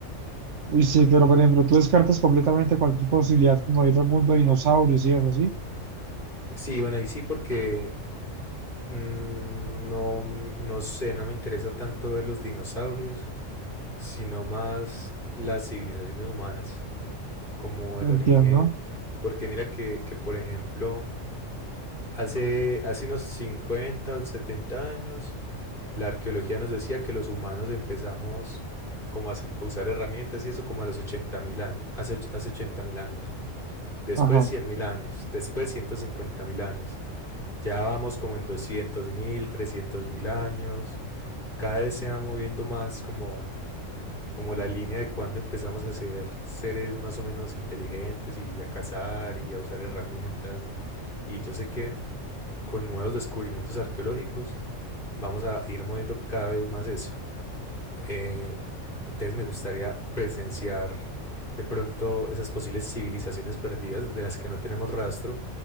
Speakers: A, on the right; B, on the left.
A: Uy, sí, pero por ejemplo, tú descartas completamente cualquier posibilidad como ir al mundo de dinosaurios y eso, ¿sí?
B: Sí, bueno, ahí sí porque mm, no, no sé, no me interesa tanto ver los dinosaurios, sino más las civilizaciones humanas, como el
A: Lo
B: origen.
A: entiendo.
B: Porque mira que, que por ejemplo, Hace, hace unos 50, o 70 años, la arqueología nos decía que los humanos empezamos como a, su- a usar herramientas y eso como a los ochenta mil años, hace, och- hace ochenta mil años, después
A: Ajá.
B: cien mil años, después ciento cincuenta mil años, ya vamos como en doscientos mil, trescientos mil años, cada vez se va moviendo más como, como la línea de cuando empezamos a ser seres más o menos inteligentes y a cazar y a usar herramientas. Y yo sé que con nuevos descubrimientos arqueológicos, vamos a ir moviendo cada vez más eso. Eh, entonces me gustaría presenciar de pronto esas posibles civilizaciones perdidas de las que no tenemos rastro,